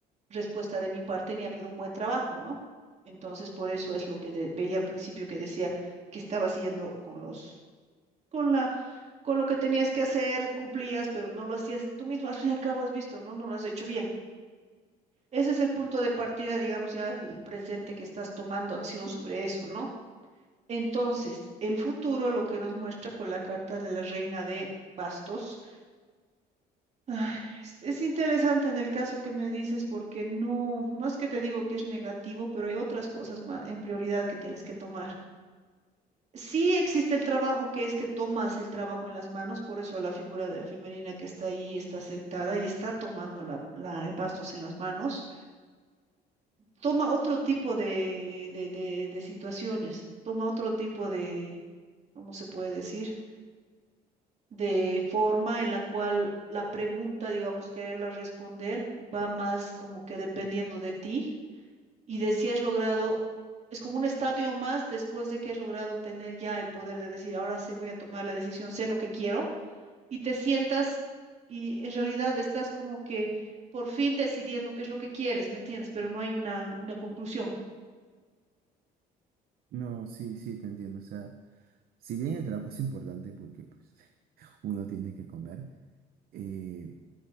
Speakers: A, on the right; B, on the right.
A: respuesta de mi parte ni ha habido un buen trabajo, ¿no? Entonces, por eso es lo que de- veía al principio que decía que estaba haciendo con los, con la, con lo que tenías que hacer, cumplías, pero no lo hacías tú mismo, <laughs> al fin y al cabo has visto, ¿no? No lo has hecho bien. Ese es el punto de partida, digamos, ya el presente que estás tomando acción sobre eso, ¿no? Entonces, el futuro, lo que nos muestra con la carta de la reina de bastos Ay, Es, es interesante en el caso que me dices porque no, no es que te digo que es negativo, pero hay otras cosas ma- en prioridad que tienes que tomar. Sí existe el trabajo que es que tomas el trabajo en las manos, por eso la figura de- femenina que está ahí está sentada y está tomando la, la- el bastos en las manos, toma otro tipo de, de, de de situaciones, toma otro tipo de, ¿cómo se puede decir? de forma en la cual la pregunta, digamos, quererla responder va más como que dependiendo de ti y de si has logrado, es como un estadio más después de que has logrado tener ya el poder de decir, ahora sé, voy a tomar la decisión, sé lo que quiero y te sientas y en realidad estás como que por fin decidiendo qué es lo que quieres, ¿me entiendes? Pero no hay una, una conclusión.
B: No, sí, sí, te entiendo. O sea, si bien el trabajo es importante porque pues <laughs> uno tiene que comer, eh,